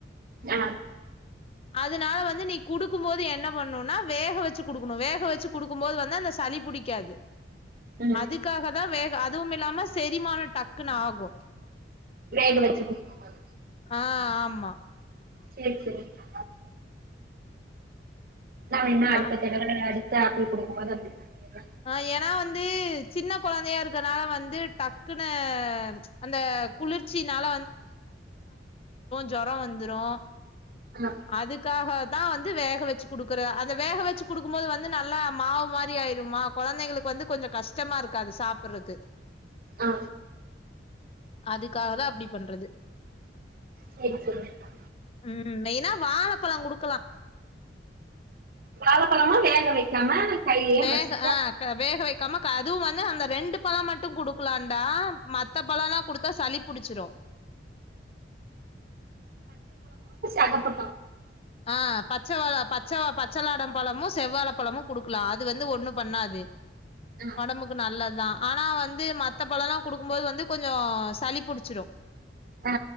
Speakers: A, on the right; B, on the left.
A: அ
B: அதனால வந்து நீ குடுக்கும் போது என்ன பண்ணும்னா வேக வெச்சு குடுக்கணோ வேக வெச்சு குடுக்கும் போது வந்து அந்த சளிபிடிக்காது
A: ம்
B: அதுக்காக தா வேக அதுவும் இல்லாம செரிமான டக்குன்னு ஆகும்
A: வேக வெச்சு குடுக்கும்போது
B: ஆ ஆமா
A: செரி சேரிக்கா நா வேன்னா அடுத்த
B: அ
A: தடவ அடு முழுசா ஆப்பிள் குடுக்கும் போது அப்டி பண்ணிர்றே
B: ஆஹ் ஏன்னா வந்து சின்ன கொழந்தையா இருக்கனால வந்து டக்குன்னு அந்த குளிர்ச்சினால ஜொரோ வந்துரோ
A: ஆ
B: அதுக்காக தா வந்து வேக வெச்சு குடுக்குற அந்த வேக வெச்சு குடுக்கும்போது வந்து நல்லா மாவு மாரி ஆயிரும்மா கொழந்தைங்களுக்கு வந்து கொஞ்சோ கஷ்டமா இருக்காது சாப்பிடுறக்கு
A: அ
B: அதுக்காக தா அப்டி பண்றது
A: சேரி சேரிங்க்கா
B: ம் உம் ஏன்னா வாழப்பழம் கொடுக்கலா
A: வாழப்பழமா வேக வைக்காம கையிலயே
B: வேக
A: மசிச்சு
B: ஆஹ் வேக வைக்காம அதுவும் வந்து அந்த ரெண்டு பழம் மட்டும் குடுக்கலாம்டா மத்த பழம்லாம் குடுத்தா சளி புடிச்சிரும்
A: அகத்து
B: ஆஹ் பச்சைவ பச்ச பச்சைளாடம் பழமும் செவ்வாழ பழமும் குடுக்கலாம் அது வந்து ஒண்ணும் பண்ணாது
A: ஆ
B: ஒடம்புக்கு நல்லது ஆனா வந்து மத்த பழம்ல்லாம் குடுக்கும்போது வந்து கொஞ்சம் சளி புடிச் ச்சிடும்
A: ஆ